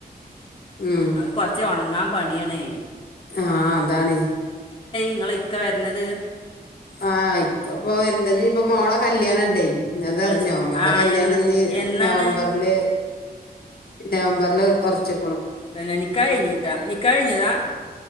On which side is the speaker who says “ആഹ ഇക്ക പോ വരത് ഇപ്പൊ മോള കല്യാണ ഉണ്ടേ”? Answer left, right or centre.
Left